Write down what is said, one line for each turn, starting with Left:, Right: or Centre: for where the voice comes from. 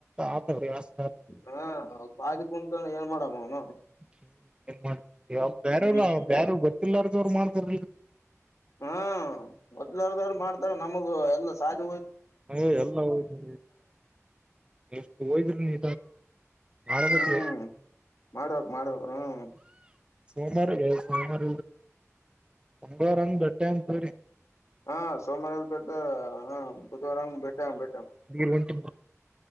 Right: ಆತವಸ್
Left: ಹಾ ಬಾದಿ ಕುಂತ ಏನ್ ಮಾಡಮ್ಮ ಅವನು
Right: ಹ್ಮ್ ಏನ್ ಮಾಡ್ತ ಅವ ಬೇರ್ರ
Left: ಹ್ಮ್
Right: ಬ್ಯಾರ ಗೊತ್ತಿಲ್ಲಾರ್ದ ಅವ್ರು ಮಾಡ್ತಾರ
Left: ಹಾ ಮೊದ್ಲಾರದವ್ರು ಮಾಡ್ತಾರ ನಮಗ ಎಲ್ಲ ಸಾಧ
Right: ಹ ಎಲ್ಲ ಹದು ಎಷ್ಟು ಹೋಯದ್ರರು ನೀ ಮಾಡಬೇಕ್ರ
Left: ಹ್ಮ್ ಮಾಡ್ಬೇಕ್ ಮಾಡ್ಬೇಕ್ ಹ್ಮ್
Right: ಸೋಮಾರ ಸೋಮಾರ ಒಂಬಾರಂಗ ಗಟ್ಟೆ ಅಂತರಿ
Left: ಹಾ ಸೋಮವಾರ ಬೆೇಟ ಹ ಬುಧವಾರ ಭೇಟೆ ಬೇಟ
Right: ನೀಂಟಿ